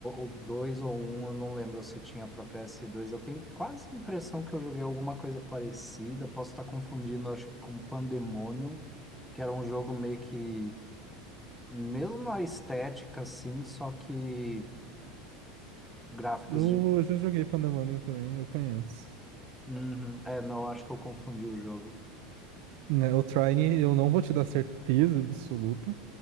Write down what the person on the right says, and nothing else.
Eu
já joguei Pandemonium também, eu conheço.
Né, o Trine, eu não vou te dar certeza absoluta,